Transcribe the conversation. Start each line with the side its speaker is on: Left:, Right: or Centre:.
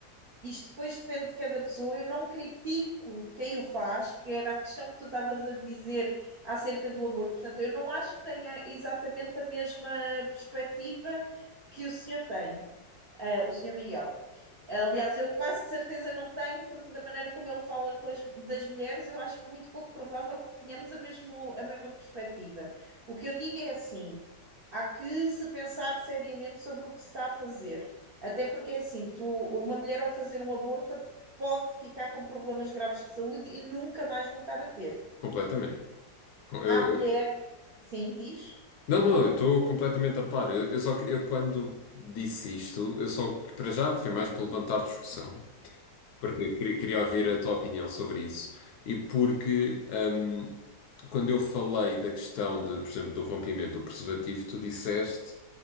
Right: Isto depois depende de cada pessoa. Eu não critico quem o faz, que era a questão que tu estavas a dizer acerca do aborto. Portanto, eu não acho que tenha exatamente a mesma perspectiva que o senhor tem, ah, o senhor Miguel. Aliás, eu quase de certeza não tenho, porque da maneira como ele fala com as- das mulheres, eu acho muito pouco provável que tenhamos a, mesmo, a mesma perspectiva. O que eu digo é assim: há que se pensar seriamente sobre o que se está a fazer. Até porque é assim, tu, uma mulher ao fazer um aborto pode ficar com problemas graves de saúde e nunca mais voltar a ter.
Left: Completamente. Com- eu-
Right: Há mulher,
Left: eu-
Right: sim, diz,
Left: não, não, eu estou completamente a par. Eu, eu só queria, eu quando disse isto, eu só, para já, foi mais para levantar discussão, porque eu queria, queria ouvir a tua opinião sobre isso. E porque, hum, quando eu falei da questão de, por exemplo, do rompimento do preservativo, tu disseste.